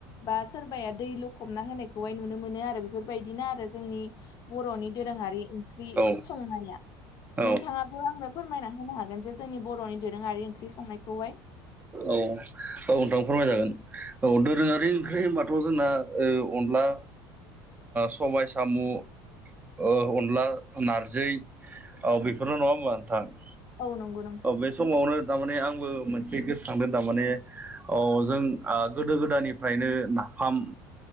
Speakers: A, on the left; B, on the right.
A: बा सोरबाया दै लखबना होनायखौहाय नुनो मोनो आरो बेफोरबायदिनो आरो जोंनि बर'नि दोरोङारि ओंख्रि
B: औ
A: संनाया
B: औ
A: नोंथाङा बेखौ आंनो फोरमायना होनो हागोन जे जोंनि बर'नि दोरोङारि ओंख्रि संनायखौहाय।
B: औ। औ नोंथां फोरमायजागोन औ दोरोङारि ओंख्रि होनबाथ' जोंना ओ अनला सबाय सामु अनला नारजि औ बेफोरल' नङा होमबा नोंथां?
A: औ नंगौ। नोंथां
B: अ बे समावनो तारमाने आंबो मोनसे गोसोखांदों तारमाने अ जों गोदो गोदायनिफ्रायनो नाफाम